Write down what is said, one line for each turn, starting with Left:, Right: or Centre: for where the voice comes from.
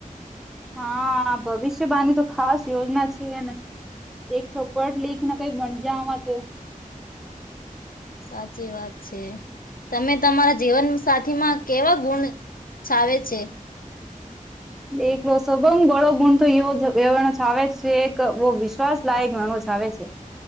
Centre: હા ભવિષ્ય બાાની તો ખાસ યોજના છે એને એક પઢ લખને કઈ મણજામાં તો
Left: સાચી વાત છે તમે તમારા જીવન સાચ થીમાં કેવા ગુણ છાવે છે
Centre: એકલો સબંગ બળો ગુણ તો એો છાવે જ છે એક બહ વિશ્વાસ લાયક વણો છે આવે છે